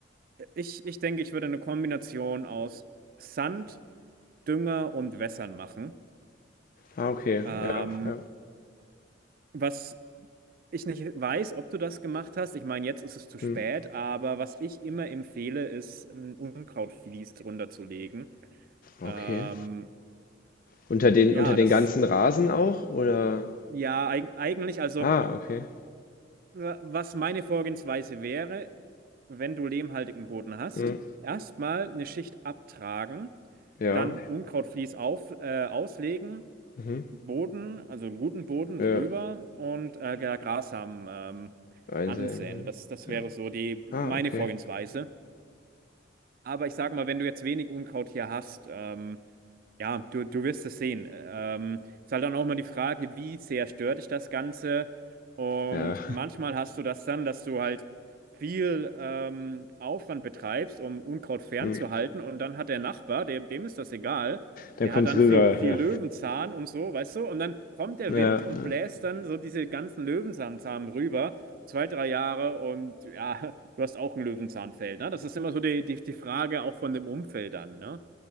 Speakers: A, on the right; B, on the left.
A: ich, ich denke, ich würde eine Kombination aus Sand, Dünger und Wässern machen.
B: Ah, okay.
A: Ähm,
B: Ja, ja.
A: was ich nicht weiß, ob du das gemacht hast, ich meine, jetzt ist es zu spät,
B: Hm.
A: aber was ich immer empfehle, ist ein Unkrautvlies drunter zu legen.
B: Okay.
A: Ähm,
B: Unter den,
A: ja,
B: unter den
A: das,
B: ganzen Rasen auch, oder?
A: ja, eig eigentlich, also.
B: Ah, okay.
A: Wa- Was meine Vorgehensweise wäre, wenn du lehmhaltigen Boden hast,
B: Hm.
A: erstmal eine Schicht abtragen,
B: Ja.
A: dann Unkrautvlies auf, äh, auslegen,
B: Mhm.
A: Boden, also einen guten Boden
B: Ja.
A: drüber und äh, Gra- Grassamen ähm,
B: Einsehen.
A: ansäen. Das, das
B: Ja.
A: wäre so die meine
B: Ah, okay.
A: Vorgehensweise. Aber ich sag mal, wenn du jetzt wenig Unkraut hier hast, ähm, ja, du, du wirst es sehen. Ähm, ist halt dann auch mal die Frage, wie sehr stört dich das Ganze? Und
B: Ja,
A: manchmal hast du das dann, dass du halt viel ähm, Aufwand betreibst, um Unkraut fernzuhalten.
B: hm.
A: Und dann hat der Nachbar, dem, dem ist das egal,
B: dann
A: der
B: kommt's
A: hat dann
B: rüber.
A: viel, viel Löwenzahn und so, weißt du? Und dann kommt der
B: Ja,
A: Wind
B: ja.
A: und bläst dann so diese ganzen Löwenzahnsamen rüber, zwei, drei Jahre. Und ja, du hast auch ein Löwenzahnfeld, ne? Das ist immer so die, die, die Frage auch von dem Umfeld an, ne?